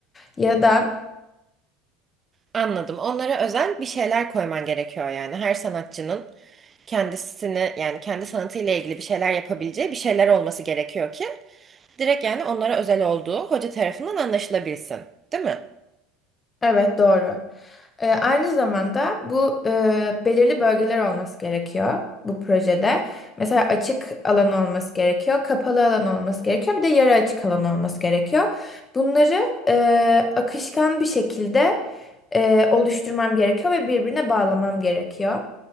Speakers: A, on the left; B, on the right.
A: Ya da
B: anladım. Onlara özel bir şeyler koyman gerekiyor yani. Her sanatçının kendisini yani kendi sanatıyla ilgili bir şeyler yapabileceği bir şeyler olması gerekiyor ki direkt yani onlara özel olduğu hoca tarafından anlaşılabilsin. Değil mi?
A: Evet doğru. Ee, aynı zamanda bu e, belirli bölgeler olması gerekiyor bu projede. Mesela açık alan olması gerekiyor, kapalı alan olması gerekiyor, bir de yarı açık alan olması gerekiyor. Bunları e, akışkan bir şekilde e, oluşturmam gerekiyor ve birbirine bağlamam gerekiyor.